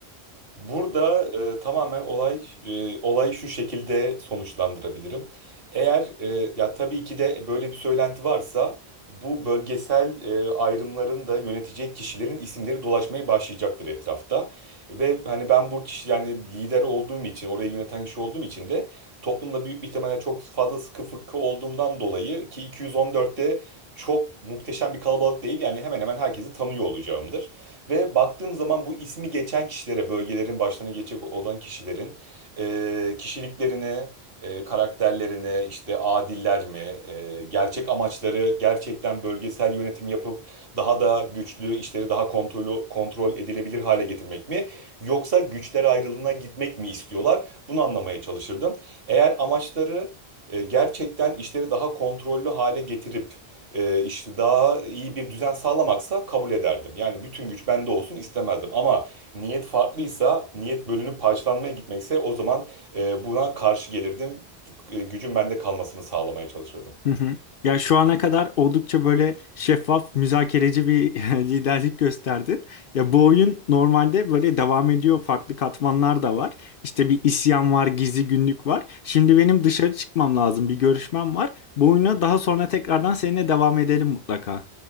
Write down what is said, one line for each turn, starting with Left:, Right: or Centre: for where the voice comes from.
Right: Burada e, tamamen olay e, olayı şu şekilde sonuçlandırabilirim. Eğer e, ya tabii ki de böyle bir söylenti varsa bu bölgesel e, ayrımların da yönetecek kişilerin isimleri dolaşmaya başlayacaktır etrafta. Ve hani ben bu kişi yani lideri olduğum için orayı yöneten kişi olduğum için de toplumda büyük bir ihtimalle çok fazla sıkı fıkı olduğumdan dolayı ki 214'te çok muhteşem bir kalabalık değil yani hemen hemen herkesi tanıyor olacağımdır. Ve baktığım zaman bu ismi geçen kişilere, bölgelerin başlarına geçecek olan kişilerin e, kişiliklerine, e, karakterlerine, işte adiller mi, e, gerçek amaçları gerçekten bölgesel yönetim yapıp daha da güçlü, işleri daha kontrol, kontrol edilebilir hale getirmek mi? Yoksa güçler ayrılığına gitmek mi istiyorlar? Bunu anlamaya çalışırdım. Eğer amaçları e, gerçekten işleri daha kontrollü hale getirip e, işte daha iyi bir düzen sağlamaksa kabul ederdim. Yani bütün güç bende olsun istemezdim. Ama niyet farklıysa, niyet bölünüp parçalanmaya gitmekse o zaman e, buna karşı gelirdim. E, Gücün bende kalmasını sağlamaya çalışırdım.
Left: Hı hı. Ya şu ana kadar oldukça böyle şeffaf, müzakereci bir <laughs> liderlik gösterdin. Ya bu oyun normalde böyle devam ediyor. Farklı katmanlar da var. İşte bir isyan var, gizli günlük var. Şimdi benim dışarı çıkmam lazım. Bir görüşmem var. Bu oyuna daha sonra tekrardan seninle devam edelim mutlaka.